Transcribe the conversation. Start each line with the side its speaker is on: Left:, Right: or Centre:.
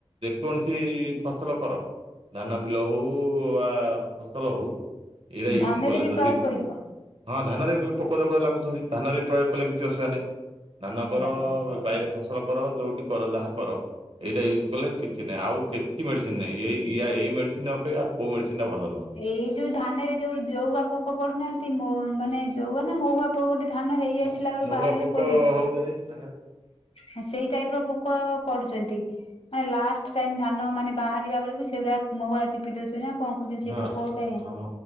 Right: ଯେକୌଣସି ଫସଲ କର। ଧାନ ବିଲ ହଉ ବା ଫସଲ ହଉ ଏଇଟା ୟୁଜ୍
Left: ଧାନରେ
Right: କଲେ
Left: ବି
Right: ଯଦି
Left: ପ୍ରୟୋଗ କରିହବ
Right: ହଁ ଧାନରେ ବି ପୋକ ଜୋକ ଲାଗୁଛନ୍ତି ଧାନରେ ପ୍ରୟୋଗ କଲେ କିଛି ଅସୁବିଧା ନାହିଁ। ଧାନ କର,
Left: ଭଲ
Right: ବାଇରେ ଫସଲ କର ଯୋଉଠି କର ଯାହା କର। ଏଇଟା ୟୁଜ୍ କଲେ କିଛି ନାହିଁ, ଆଉ କିଛି ମେଡିସିନ୍ ନାହିଁ ଏଇ ୟା ଏଇ ମେଡିସିନ୍ ଅପେକ୍ଷା କୋଉ ମେଡିସିନ୍ ଟା ଭଲ ନୁହଁ।
Left: ଏଇ ଯୋଉ ଧାନରେ ଯୋଉ ଜଉଆ ପୋକ ପଡୁନାହାନ୍ତି, ମୋ ମାନେ ଜଉଆ ନା ମହୁଆ କୋଉ ଗୋଟେ ଧାନ ହେଇ
Right: ହଁ
Left: ଆସିଲା ବେଳକୁ
Right: ମହୁଆ
Left: ବାହାରିଲା
Right: ପୋକ
Left: ବେଳକୁ ପଡୁଛି।
Right: ହଉଛନ୍ତି ଧାନରେ।
Left: ହଁ ସେଇ ଟାଇପ୍ ର ପୋକ ପଡୁଛନ୍ତି, ମାନେ ଲାଷ୍ଟ ଟାଇମ୍ ଧାନ ମାନେ ବାହାରିବା ବେଳକୁ ସେଉରା ମହୁଆ ଚିପିଦଉଛନ୍ତି ନା କଣ କହୁଚନ୍
Right: ହଁ
Left: ପୋକ ଗୋଟାଏ
Right: ହଁ ମ